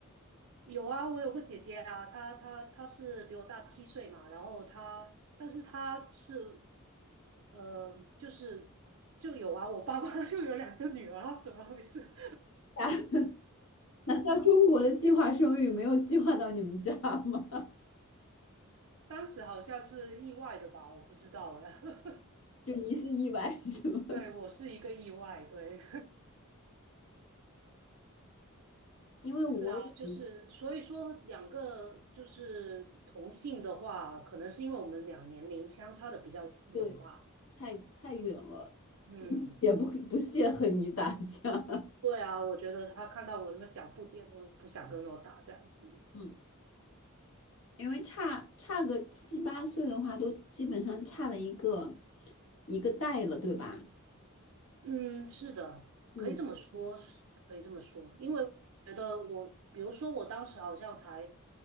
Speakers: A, on the right; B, on the left.
A: 有啊，我有个姐姐啊，她她她是比我大七岁嘛，然后她但是她是呃就是就有啊，我爸妈 <laughs> 就有两个女儿啊怎么回事？<laughs>
B: <laughs> 难道中国的计划生育没有计划到你们家吗？
A: 当时好像是意外的吧，我不知道哎。<laughs>
B: 就你是意外 <laughs> 是吗？
A: 对，我是一个意外，对，<laughs>
B: 因为我也不
A: 是啊，就是所以说两个就是同性的话，可能是因为我们俩年龄相差的比较远吧。
B: 对太太远了，
A: 嗯，
B: 也不不屑和你打架。
A: 对啊，我觉得他看到我那么小不点都不想跟我打这样。嗯
B: 嗯，因为差差个七八岁的话，都基本上差了一个一个代了，对吧？
A: 嗯，是的，
B: 嗯
A: 可以这么说，是可以这么说，因为我觉得我，比如说我当时好像才，